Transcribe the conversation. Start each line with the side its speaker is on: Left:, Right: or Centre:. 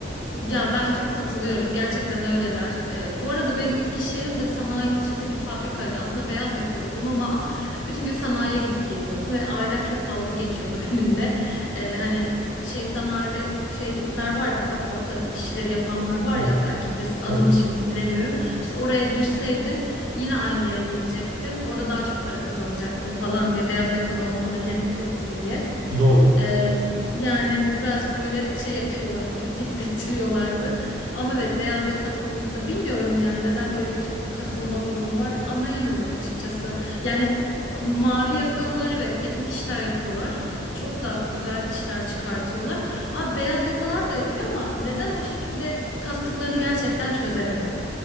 Left: Ya ben çok katılıyorum. Gerçekten öyleler. Ee, bu arada benim ilk iş yerim de sanayinin içinde bir fabrikaydı. Aslında beyaz yakalıydım ama bütün gün sanayiye gidip geliyordum ve ailem çok dalga geçiyordu <laughs> benimle. Ee, hani şey sanayide şeyler var ya bu kaporta işleri yapanlar var
Right: Ha,
Left: ya belki bilirsin adını
Right: evet,
Left: şimdi bilemiyorum. İşte oraya girseydin yine aynı yere gelecektin. Orada daha çok para kazanacaktın falan diye beyaz yakalı olmana gerek yoktu diye.
Right: doğru.
Left: Ee, yani birazcık böyle şey yapıyorlardı, kötü <laughs> hissettiriyorlardı. Ama evet beyaz yakalılıkta bilmiyorum yani neden öyle bir kasılma durumu var anlayamıyorum açıkçası. Yani mavi yakalılar evet teknik işler yapıyorlar. Çok da güzel işler çıkartıyorlar. Ama beyaz yakalar da yapıyor ama neden o şekilde kastıklarını gerçekten çözemiyorum.